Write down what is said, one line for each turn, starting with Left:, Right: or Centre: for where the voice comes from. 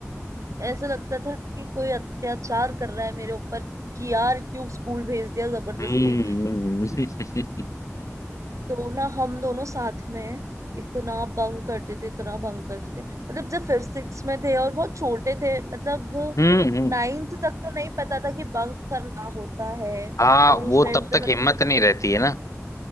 Right: ऐसा लगता था कि कोई अत्याचार कर रहा है मेरे ऊपर कि यार क्यों स्कूल भेज दिया जबरदस्ती
Left: हम्म हम्म, हम्म। <laughs>
Right: तो ना हम दोनों साथ में इतना बंक करते थे इतना बंक करते थे मतलब जब फिफ्थ सिक्स में थे और बहुत छोटे थे मतलब
Left: हम्म हम्म
Right: नाइन्थ तक तो नहीं पता था कि बंक करना होता है
Left: हाँ
Right: और उस
Left: वो
Right: टाइम
Left: तब
Right: पे
Left: तक
Right: मतलब
Left: हिम्मत नहीं रहती है ना